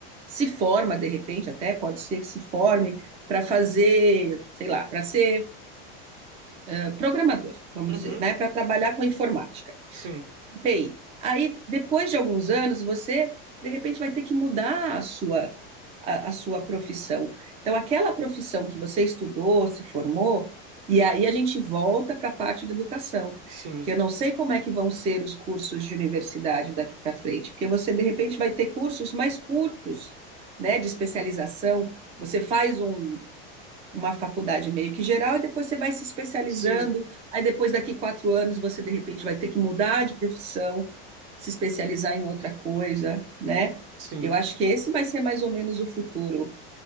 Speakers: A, on the right; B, on the right.
A: se forma de repente, até pode ser que se forme para fazer, sei lá, para ser eh, programador, vamos
B: Uhum.
A: dizer, né, para trabalhar com informática.
B: Sim.
A: TI. Aí, depois de alguns anos, você, de repente, vai ter que mudar a sua, a, a sua profissão. Então, aquela profissão que você estudou, se formou, e aí a gente volta para a parte da educação,
B: Sim.
A: que eu não sei como é que vão ser os cursos de universidade daqui para frente, porque você, de repente, vai ter cursos mais curtos, né, de especialização. Você faz um, uma faculdade meio que geral, e depois você vai se especializando.
B: Sim.
A: Aí depois, daqui quatro anos, você de repente vai ter que mudar de profissão, se especializar em outra coisa, né?
B: Sim.
A: Eu acho que esse vai ser mais ou menos o futuro